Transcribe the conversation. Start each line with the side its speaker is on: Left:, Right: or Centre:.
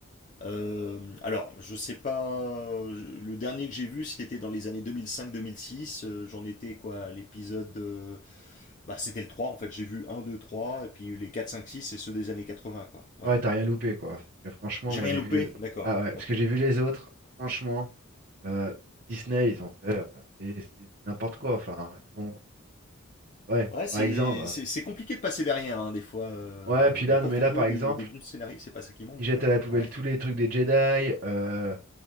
Left: Euh, alors, je sais pas, je- le dernier que j'ai vu c'était dans les années 2005-2006, euh, j'en étais quoi, à l'épisode, euh, bah c'était le 3 en fait, j'ai vu un, 2, 3 et puis les 4, 5, 6, c'est ceux des années 80 quoi, voilà.
Right: Ouais, t'as rien loupé quoi. Parce que franchement,
Left: J'ai
Right: moi
Left: rien
Right: j'ai
Left: loupé?
Right: vu les
Left: D'accord,
Right: ah ouais, parce
Left: ok.
Right: que j'ai vu les autres. Franchement, euh, Disney, ils ont fait euh, c'est c'est du n'importe quoi. Enfin, ils ont ouais,
Left: Ouais, c'est
Right: par exemple. euh,
Left: c'est- c'est compliqué de passer derrière, hein, des fois. euh,
Right: Ouais, puis là,
Left: Et pourtant,
Right: non mais là
Left: bon,
Right: par
Left: des,
Right: exemple.
Left: des bons scénarios, c'est pas ça qui manque.
Right: Il jette à la poubelle
Left: Ouais.
Right: tous les trucs des Jedi. Euh,